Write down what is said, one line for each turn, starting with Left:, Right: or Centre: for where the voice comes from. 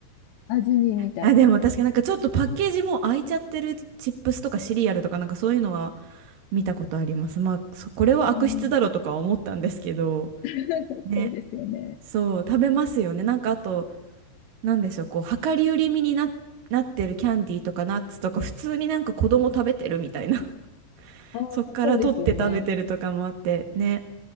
Left: 味見みたいな。
Right: あ、でも確かになんかちょっとパッケージもう開いちゃってるチップスとかシリアルとかなんかそういうのは見たことあります。まあ、そこれは悪質だろうとかは思ったんですけど、
Left: うん、<laughs>
Right: ね、
Left: そうですよね。
Right: そう、食べますよね。なんかあと、なんでしょう、こう、量り売り身にな、なってるキャンディーとかナッツとか、普通になんか子供食べてるみたいな <laughs>、
Left: ああ、
Right: そっから取って食べてるとかもあって、
Left: そうですよね。
Right: ね、